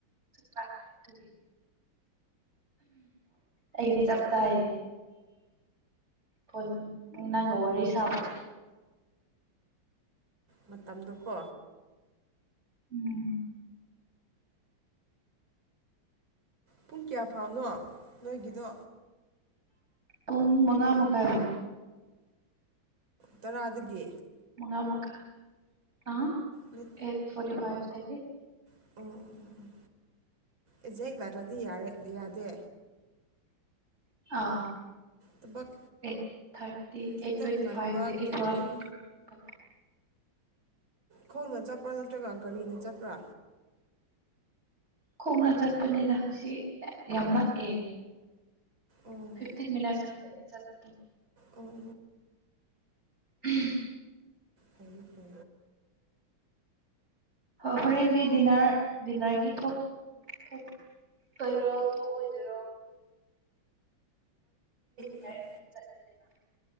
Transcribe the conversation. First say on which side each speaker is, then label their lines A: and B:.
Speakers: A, on the right; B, on the right.
A: ꯆꯥꯛ꯭ꯔꯦ ꯇꯨꯒꯤ ꯑꯩꯒꯤꯗꯤ ꯆꯞ ꯆꯥꯥꯏꯌꯦ ꯐꯣꯟ ꯅꯪꯒ ꯋꯥꯔꯤ ꯁꯥꯕꯁꯦ
B: ꯃꯇꯝꯗꯨ ꯀꯣ
A: ꯎꯝ
B: ꯄꯨꯡ ꯀꯌꯥ ꯐꯥꯎꯅꯣ ꯅꯣꯏꯒꯤꯗꯣ
A: ꯄꯨꯡ ꯃꯉꯥ ꯃꯈꯥꯏꯔꯣꯛ
B: ꯇꯔꯥꯗꯒꯤ
A: ꯃꯉ ꯃꯨꯀꯥ ꯑ
B: ꯃꯤꯠ
A: ꯑꯩꯠ ꯐꯣꯔꯤ ꯐꯥꯏꯚ ꯊ
B: ꯑꯣ ꯑꯣ ꯑꯣ ꯑꯣ ꯑꯦꯖꯦꯛ ꯇꯗꯤ ꯌꯥꯔꯦ ꯌꯥꯗꯦ
A: ꯑꯥ
B: ꯊꯕꯛ
A: ꯑꯩꯠ ꯊꯥꯔꯇꯤ
B: ꯈꯤꯇꯪ
A: ꯑꯩꯠ ꯇ꯭ꯋꯦꯟꯇꯤ
B: ꯉꯟꯕ
A: ꯐꯥꯏꯚꯇꯒꯤ
B: ꯈꯤꯇꯪ
A: ꯊꯣꯛꯂꯛꯄ
B: ꯈꯣꯡꯅ ꯆꯠꯄ꯭ꯔꯥ ꯅꯠꯇ꯭ꯔꯒ ꯀꯒꯥꯔꯤꯅ ꯆꯠꯄ꯭ꯔꯥ
A: ꯈꯣꯡꯅ ꯆꯠꯄꯅꯤꯗ ꯁꯤ ꯌꯥꯝ ꯅꯛꯑꯦ
B: ꯑꯣ
A: ꯐꯤꯐꯇꯤꯟ ꯃꯤ ꯈꯅꯦ ꯆꯠꯄꯗ
B: ꯑꯣ
A: ꯎ
B: ꯐ ꯐ
A: ꯍ ꯍꯣꯔꯦꯟꯗꯤ ꯗꯤꯟꯅꯔ ꯗꯤꯟꯅꯔꯒꯤ ꯊꯣꯛ ꯊꯣꯛ ꯑꯣꯏꯔꯣ ꯊꯣꯛꯑꯣꯏꯗꯣꯏꯔꯣ ꯗꯔꯦ
B: ꯐꯩ
A: ꯀ ꯆꯗ